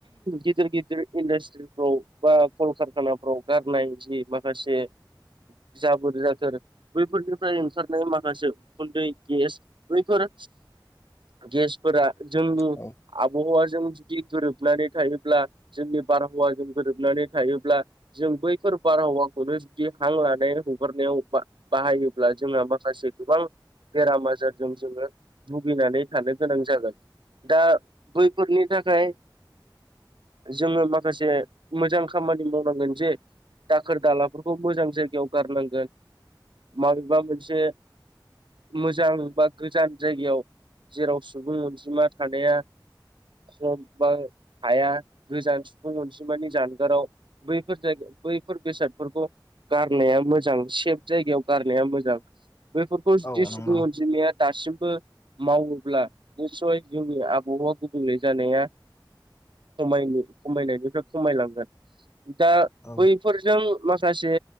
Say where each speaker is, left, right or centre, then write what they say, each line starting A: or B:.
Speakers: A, on the right; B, on the left.
A: गिदिर गिदिर इन्डास्ट्रि फोराव कलकारखानाफ्राव गारनाय जि माखासे जाबोर जाथोर बैफोरनिफ्राय ओंखारनाय माखासे उखुन्दै गेस बैफोर गेसफोरा जोंनि
B: औ
A: आबहावाजों जुदि गोरोबनानै थायोब्ला जोंनि बारहावाजों गोरोबनानै थायोब्ला जों बैफोर बारहावाखौनो जुदि हां लानाय हगारनायावबा बाहायोब्ला जोंहा माखासे गोबां बेराम आजारजों जोङो भुगिनानै थानो गोनां जागोन दा बैफोरनि थाखाय जोङो माखासे मोजां खामानि मावनांगोन जे दाखोर दालाफोरखौ मोजां जायगायाव गारनांगोन माबेबा मोनसे मोजां बा गोजान जायगायाव जेराव सुबुं अनजिमा थानाया खम बा हाया गोजान सुबुं अनसिमानि जानगाराव बैफोर जायगा बैफोर बेसादफोरखौ गारनाया मोजां सेफ जायगायाव गारनाया मोजां बेफोरखौ जुदि
B: औ
A: सुबुं
B: नंगौ
A: अनजिमाया दासिमबो मावोब्ला निसय जोंनि आबहा गुबुनले जानाया ख खमायनायनिफ्राय खमायलांगोन दा
B: औ
A: बै फोरजों माखासे